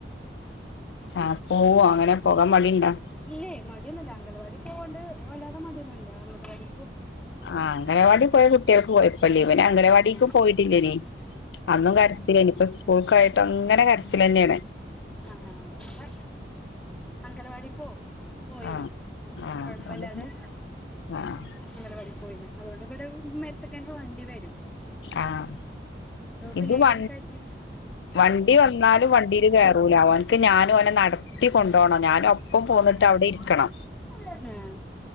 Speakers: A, on the left; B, in the centre.
A: ആ ആ പോോ അങ്ങനെ പോകാൻ പടിിയുണ്ടാ
B: ഇല്ലേ മടിയൊന്നുംല്ല അംഗവാടി പോകണ്ട് വല്ലാതെ മടിയൊന്നുമ ഇല്ല അങ്കവാടി
A: ആ അംഗനവാടി പോയ കുട്ടികൾക്ക് പോയപ്പ ലീവന് അംഗനവാടിക്ക്ും
B: ആഹ്
A: പോയിട്ടില്ലന അന്നും കരച്ചിലേനി ഇപ്പ സ്കൂൾക്കായിട്ട് അങ്ങനെ കരച്ചില തന്നെയാണ്
B: ആ നല്ല അംഗൽവാടി പോ പോയിനു
A: ആഹ് ആഹ്
B: കൊഴപ്പല്ലാതെ
A: ആഹ്
B: അംഗനവാടി <unintelligible> പോയ്ന് അതുകൊണ്ട് ഇവിടെ ഇമ്മര്ത്ത്ക്കെന്നെ വണ്ടി വെരും
A: ആഹ്
B: പിന്നെ
A: ഇത്
B: അയിലണ്
A: വ
B: കയറ്റിട്ട്
A: വണ്ടി വന്നാലും വണ്ടിയിൽ കയറൂലാ ഓന് ഞാൻ ഓനെ നടത്തിക്കൊണ്ടു പോവ ണം ഞാനും അവനു ഒപ്പം പോയിട്ട് അവിടെ ഇരിക്കണം
B: ആഹ്